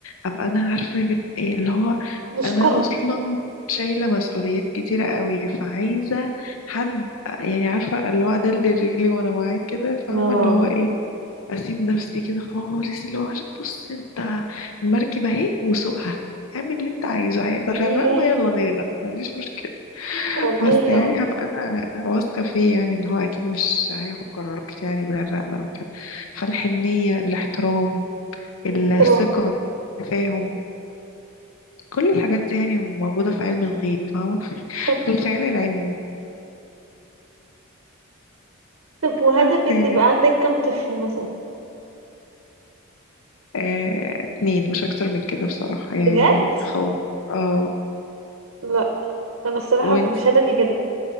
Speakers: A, on the left; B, on the right.
A: أبقى أنا عارفة إيه اللي هو
B: مش
A: أنا
B: كوميدي
A: أصلا شايلة مسؤوليات كتيرة قوي فعايزة حد يعني عارفة اللي هو أدلدل رجلي وأنا معاه كده فاهمة
B: اه
A: اللي هو إيه اسيب نفسي كده خالص اللي هو بص انت المركب اهي وسوقها اعمل اللي انت عايزه عايز غرقنا
B: ياه
A: يلا نغرق ما عنديش مشكله
B: والله
A: بس يعني
B: اه
A: هبقى انا واثقه فيه يعني ان هو اكيد مش هياخد قرارات يعني تغرقنا او كده فالحنيه الاحترام الثقه
B: تروم
A: التفاهم كل الحاجات دي يعني موجوده في علم الغيب فاهمه <laughs>
B: طب
A: في الخيال العلمي
B: طب وهدفك
A: بس يعني
B: تبقى عندك كم طفل مثلا
A: آه اتنين مش اكتر من كده بصراحه
B: بجد
A: يعني خالص اه
B: لا انا الصراحة
A: وانت
B: مش هدفي كده